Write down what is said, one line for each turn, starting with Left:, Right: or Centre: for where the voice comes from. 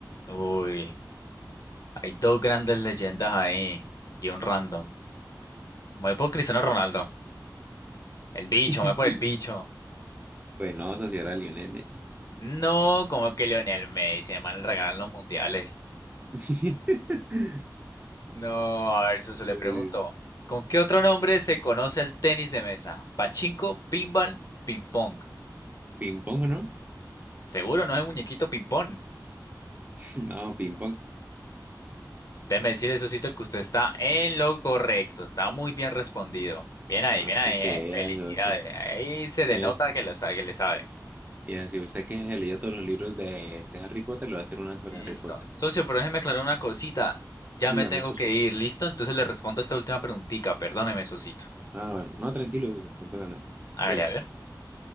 Left: Uy, hay dos grandes leyendas ahí y un random. Me voy por Cristiano Ronaldo. El bicho,
Right: <laughs>
Left: me voy por el bicho.
Right: Pues no, socio, era Lionel Messi.
Left: No, como que Lionel Messi, además le regalan los mundiales.
Right: <laughs>
Left: No, a ver, socio,
Right: Pues,
Left: le pregunto. ¿Con qué otro nombre se conoce el tenis de mesa? Pachinko, pinball, ping pong.
Right: Ping pong,
Left: Seguro, no es muñequito ping-pong.
Right: No, ping pong.
Left: Déjeme decirle, Sosito, que usted está en lo correcto. Está muy bien respondido. Bien ahí,
Right: Ah,
Left: bien ahí,
Right: para que
Left: ¿eh?
Right: vea
Left: Felicidades.
Right: socio.
Left: Ahí se denota
Right: Eh,
Left: que lo sabe, que le sabe.
Right: Y así usted que se leyó todos los libros de este Harry Potter, le va a hacer una sobre
Left: Listo.
Right: Harry Potter.
Left: Socio, pero déjeme aclarar una cosita. Ya me
Right: Dígame,
Left: tengo
Right: socio.
Left: que ir, ¿listo? Entonces le respondo esta última preguntita. Perdóneme, Sosito.
Right: Ah, bueno, no, tranquilo, socio, no pasa nada.
Left: Hágale,
Right: Mire,
Left: a ver.